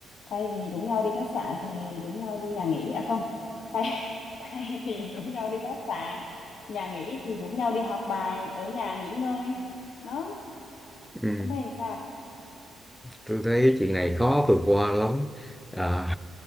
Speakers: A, on the left; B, in the centre.
A: thay vì rủ nhau đi khách sạn thì rủ nhau đi nhà nghỉ à không thay, <laughs> thay vì rủ nhau đi khách sạn nhà nghỉ thì rủ nhau đi học bài ở nhà nghỉ ngơi đó
B: Ừ,
A: ông thấy thì sao
B: tôi thấy chuyện này khó vượt qua lắm à,